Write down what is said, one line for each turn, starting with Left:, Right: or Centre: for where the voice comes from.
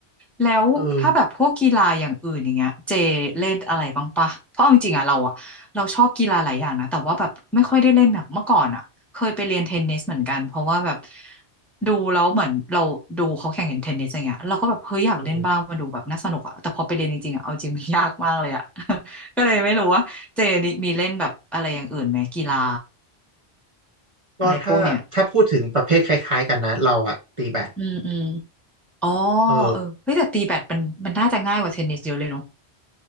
Centre: แล้วถ้าแบบพวกกีฬาอย่างอื่นอย่างเงี้ยเจเล่นอะไรบ้างปะเพราะเอาจริงๆอะเราอะเราชอบกีฬาหลายอย่างนะแต่ว่าแบบไม่ค่อยได้เล่นแบบเมื่อก่อนอะเคยไปเรียนเทนนิสเหมือนกันเพราะว่าแบบ
Right: เออ
Centre: ดูแล้วเหมือนเราดูเขาแข่งเห็นเทนนิสอย่างเงี้ยเราก็แบบเฮ้ยอยากเล่นบ้างมาดูแบบน่าสนุกอะแต่พอไปเรียนจริงๆอะเอาจริง
Right: เออ
Centre: <laughs> มันยากมากเลยอะ <laughs> ก็เลยไม่รู้ว่าเจนี่มีเล่นแบบอะไรอย่างอื่นไหมกีฬา
Right: ก็ถ้าถ้าพูดถึงประเภทคล้ายๆกันนะเราอะตีแบด
Centre: อะไรพวกเนี้ยอืมอืมอ๋อ
Right: เออ
Centre: เออเฮ้ยแต่ตีแบดมันมันน่าจะง่ายกว่าเทนนิสเยอะเลยเนอะ